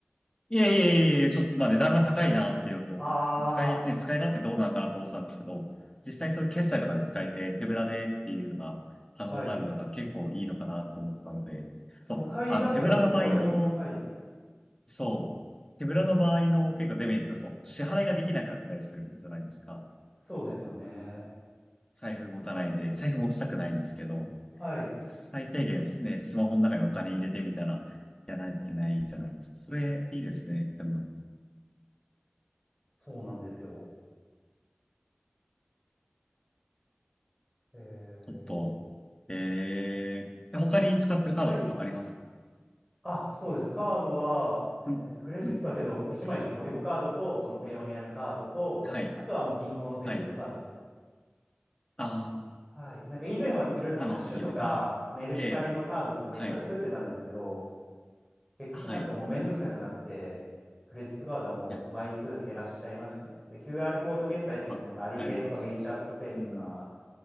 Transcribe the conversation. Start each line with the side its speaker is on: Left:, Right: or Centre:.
Left: いえいえいえいえ、ちょっと、まあ値段が高いなっていうのと、
Centre: あ
Left: 使い、ね、使い勝手どうなのかなって思ってたんですけど、実際そういう決済とかで使えて手ぶらでっていうのが可能になるのが結構いいのかなって思ったので、
Centre: あ、はい。
Left: そう、
Centre: 都会だったらすごい、
Left: あの手ぶらの場合の
Centre: はい、
Left: そう。手ぶらの場合の結構デメリット、そう。支払いができなくなったりすることじゃないですか。
Centre: そうですよね。
Left: 財布持たないで、財布持ちたくないんですけど、
Centre: はい、
Left: 最低限ですね、スマホの中にお金入れてみたら、やらないといけないじゃないですか。それ、いいですね。でも、
Centre: そうなんですよ。えー、
Left: ちょっと、えー、他に使ってるカードとかありますか
Centre: はい。あ、そうですね。カードは、
Left: うん、
Centre: えーと、クレジットはけど、
Left: うん。
Centre: 1枚ですね。オリコカードと、そのペイオニアのカードと、
Left: はい、
Centre: あとはもう銀行のデビットカードです。
Left: はい。あー、
Centre: はい。なんか以前はいろいろキャッシュとか、
Left: あの、さっき出た、
Centre: メルカリのカードとかめっちゃ作ってたんですけど、
Left: えー、はい、
Centre: 結局なんかもうめんどくさくなって、
Left: はい。い
Centre: クレジットカードはもう枚数減らしちゃいましたね。
Left: や、
Centre: で、QR コード決済とかもなんかアリペイとか
Left: わかります。
Centre: WeChat ペイとか、
Left: うん、